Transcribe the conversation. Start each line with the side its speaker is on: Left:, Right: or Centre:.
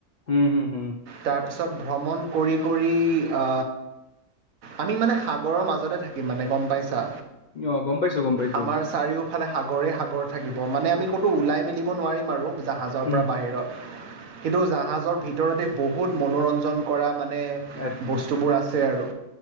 Left: হুম হুম হুম।
Right: তাৰপিছত ভ্ৰমণ কৰি কৰি আ আমি মানে সাগৰৰ মাজতে থাকিম মানে গম পাইছা
Left: অ', গম পাইছোঁ, গম পাইছোঁ,
Right: আমাৰ চাৰিওফালে ইফালে সাগৰে সাগৰ থাকিব মানে আমি ক'তো ওলাই মেলিব নোৱাৰিম আৰু জাহাজৰ
Left: উম,
Right: পৰা বাহিৰত। কিন্তু জাহাজৰ ভিতৰতে বহুত মনোৰঞ্জন কৰা মানে
Left: আ <unintelligible>
Right: বস্তুবোৰ আছে আৰু।